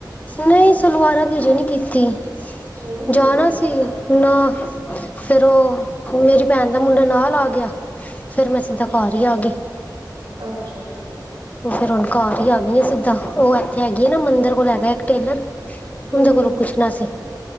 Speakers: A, on the left; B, on the right.
A: ਨਈ ਸਲਵਾਰਾਂ ਦੀ ਹਜੇ ਨਹੀਂ ਕੀਤੀ।
B: ਹੋਈ ਨੀ
A: ਜਾਣਾ
B: ਅਜੇ ਗੱਲ
A: ਸੀ, ਨਾ ਫੇਰ ਉਹ। ਮੇਰੀ ਭੈਣ ਦਾ ਮੁੰਡਾ ਨਾਲ ਆ ਗਿਆ ਫੇਰ ਮੈਂ ਸਿੱਧਾ
B: ਅੱਛਾ
A: ਘਰ ਹੀ ਆ ਗਈ।
B: ਅੱਛਾ ਅੱਛਾ
A: ਤੇ ਫੇਰ ਹੁਣ ਘਰ ਹੀ ਆ ਗਈ ਆ ਸਿੱਧਾ, ਉਹ ਇੱਥੇ ਹੈਗੀ ਆ ਨਾ ਮੰਦਰ ਕੋਲ ਹੈਗਾ ਇੱਕ ਟੇਲਰ।
B: ਹੂੰ
A: ਉਹਦੇ
B: ਹੂੰ
A: ਕੋਲੋਂ ਪੁੱਛਣਾ ਸੀ,